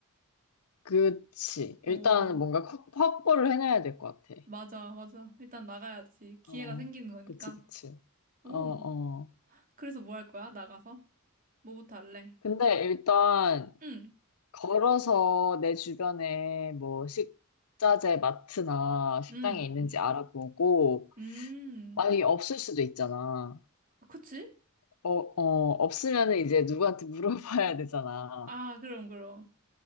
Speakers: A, on the left (about 80°); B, on the right (about 40°).
A: 그치.
B: 오.
A: 일단 뭔가 확- 확보를 해놔야 될 것 같아.
B: 맞아, 맞아. 일단 나가야지. 기회가
A: 어,
B: 생기는 거니까.
A: 그치, 그치.
B: 오.
A: 어, 어.
B: 그래서 뭐 할 거야? 나가서? 뭐부터 할래?
A: 근데 일단
B: 응,
A: 걸어서 내 주변에 뭐 식자재 마트나 식당이
B: 음,
A: 있는지 알아보고,
B: 음.
A: 만약에
B: 음.
A: 없을 수도 있잖아.
B: 그치?
A: 어, 어, 없으면은 이제 누구한테 <laughs> 물어봐야 되잖아.
B: 아, 그럼, 그럼.